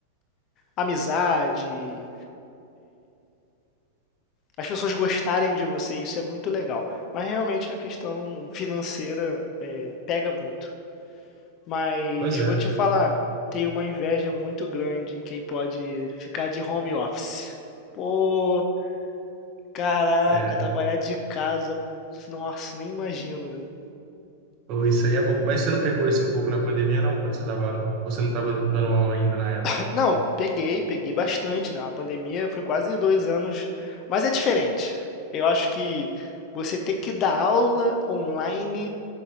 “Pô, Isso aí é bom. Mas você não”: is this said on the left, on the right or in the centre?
Right